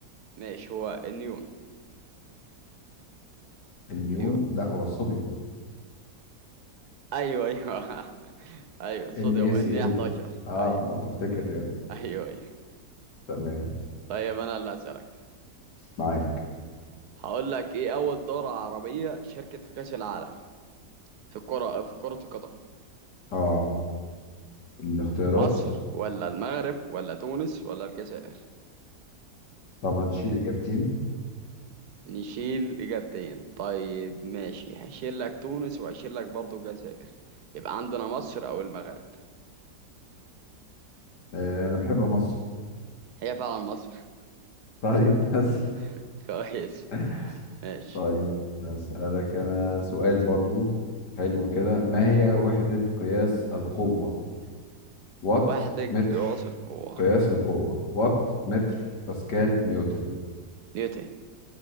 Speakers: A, on the right; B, on the left.
A: ماشي هو النيون
B: النيون
A: نيون
B: لا هو الصوديوم
A: ايوه ايوه <laughs> ايوه الصوديوم
B: ان اي سي
A: ان 11
B: ال اه
A: ايوه
B: لو تفتكر يعني
A: ايوه ايوه
B: تمام
A: طيب انا اللي هسألك
B: معاك
A: هقول لك ايه اول دورة عربية شاركت في كأس العالم في الكرة في كرة القدم
B: اه الاختيارات
A: مصر ولا المغرب ولا تونس ولا الجزائر
B: طب هنشيل اجابتين
A: نشيل إجابتين طيب ماشي هشيل لك تونس وهشيل لك برضه الجزائر يبقى عندنا مصر أو المغرب
B: آه انا بحب مصر
A: هي فعلا مصر
B: طيب بس
A: <laughs> كويس
B: <laughs>
A: ماشي
B: طيب هسألك أنا سؤال برضو حلو كده ما هي وحدة قياس القوة وات
A: وحدة قياس
B: متر
A: القوة
B: قياس القوة وات متر باسكال نيوتن
A: نيوتن